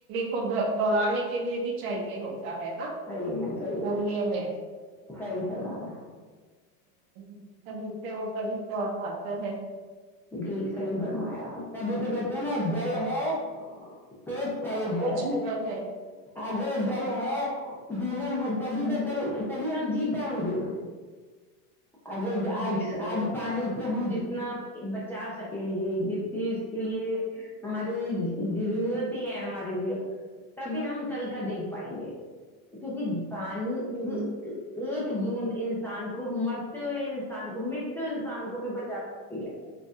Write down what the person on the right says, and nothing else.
کو دوڑانے کے لیے بھی چاہیے ہوگ رہ ہے
گمنی
میں
<inaudible> کہیں سے وہ کبھی پتا ہے
وہ جیون ہے
جی
جی جی
ہوں